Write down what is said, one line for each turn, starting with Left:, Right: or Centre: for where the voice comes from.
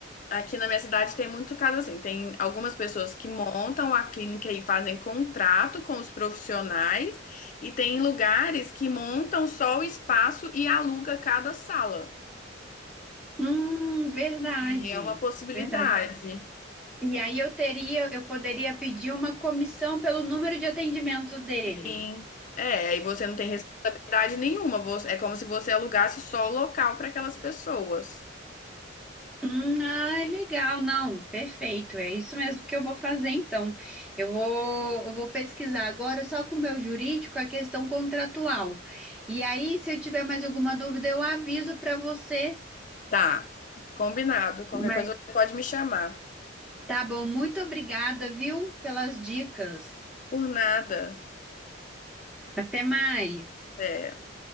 Left: Aqui na minha cidade tem muito caso assim. Tem algumas pessoas que montam a clínica e fazem contrato com os profissionais, e tem lugares que montam só o espaço e aluga cada sala.
Centre: Hum, verdade,
Left: E é uma possibilidade.
Centre: verdade. E aí eu teria, eu poderia pedir uma comissão pelo número de atendimentos dele.
Left: Sim. É, aí você não tem responsabilidade nenhuma. Você- É como se você alugasse só o local para aquelas pessoas.
Centre: Hum, ah, legal, não, perfeito, é isso mesmo que eu vou fazer então. Eu vou, eu vou pesquisar agora só com o meu jurídico a questão contratual. E aí, se eu tiver mais alguma dúvida, eu aviso para você.
Left: Tá, combinado. Qualquer
Centre: Mas
Left: coisa você pode me chamar.
Centre: tá bom, muito obrigada, viu, pelas dicas.
Left: Por nada.
Centre: Até mais.
Left: É.